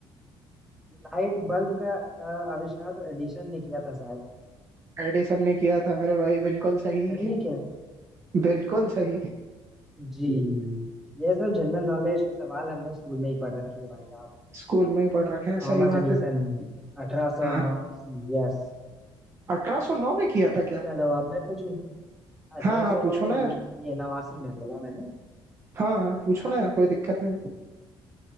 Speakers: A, in the centre; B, on the right (about 30°).
A: लाइट बल्ब का अ, आविष्कार तो एडिशन ने किया था शायद
B: एडिसन ने किया था मेरे भाई बिल्कुल सही
A: सही है क्या
B: बिल्कुल सही
A: जी ये सब जनरल नॉलेज के सवाल हमने स्कूल में ही पढ़ रखी है भाई साहब
B: स्कूल में ही पढ़ रखे हैं
A: Thomas
B: सही बात
A: Edison
B: है ना
A: अठारह सौ
B: हाँ
A: नवासी यस
B: 1809 में किया था क्या
A: चलो अब मैं पूछूं अठारह
B: हाँ हाँ
A: सौ
B: पूछो ना यार
A: ये नवासी में बोला मैंने
B: हाँ हाँ पूछो ना यार कोई दिक्कत नहीं